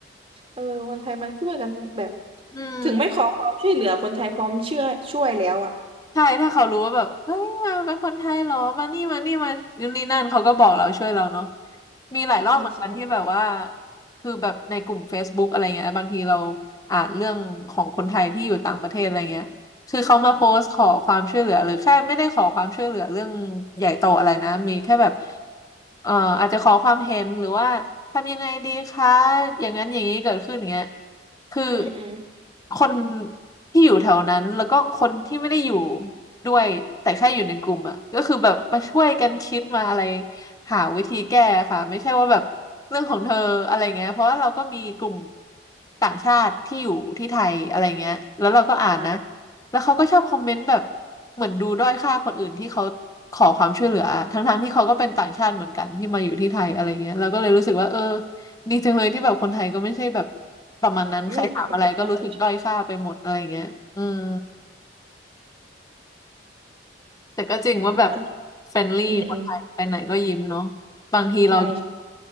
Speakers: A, on the right; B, on the left.
A: เออคนไทยมันช่วยกันแบบ
B: อืม
A: ถึงไม่ขอความช่วยเหลือคนไทยพร้อมเชื่อช่วยแล้วอ่ะ
B: ใช่ถ้าเขารู้ว่าแบบเฮ้ยมาเป็นคนไทยเหรอมานี่มานี่มานู่นนี่นั่นเขาก็บอกเราช่วยเราเนาะมีหลายรอบเหมือนกันที่แบบว่า
A: ใช่ใช่
B: คือแบบในกลุ่ม Facebook อะไรเงี้ยบางทีเราอ่านเรื่องของคนไทยที่อยู่ต่างประเทศอะไรเงี้ยคือเขามาโพสต์ขอความช่วยเหลือหรือแค่ไม่ได้ขอความช่วยเหลือเรื่องใหญ่โตอะไรนะมีแค่แบบเอ่ออาจจะขอความเห็นหรือว่าทำยังไงดีคะอย่างนั้นอย่างนี้เกิดขึ้นอย่างเงี้ย คือ
A: อืมอืม
B: คนที่อยู่แถวนั้นแล้วก็คนที่ไม่ได้อยู่ด้วยแต่แค่อยู่ในกลุ่มอ่ะก็คือแบบมาช่วยกันคิดมาอะไรหาวิธีแก้ค่ะไม่ใช่ว่าแบบเรื่องของเธออะไรเงี้ยเพราะว่าเราก็มีกลุ่มต่างชาติที่อยู่ที่ไทยอะไรเงี้ยแล้วเราก็อ่านนะ
A: อ่ะ
B: แล้วเขาก็ชอบคอมเมนต์แบบเหมือนดูด้อยค่าคนอื่นที่เขาขอความช่วยเหลืออทั้งๆที่เขาก็เป็นต่างชาติเหมือนกันที่มาอยู่ที่ไทยอะไรเงี้ยเราก็เลยรู้สึกว่าเออ ดีจังเลยที่แบบคนไทยก็ไม่ใช่แบบประมาณนั้นใครถามอะไรก็รู้สึกด้อยค่าไปหมดอะไรเงี้ยอืม
A: ไม่คิดเห็นเ
B: แต่ก็จริงว่าแบบ
A: ออ
B: เฟรนลี่คนไทยไปไหนก็ยิ้มเนาะ
A: อืมอืม
B: บางทีเรา
A: ใช่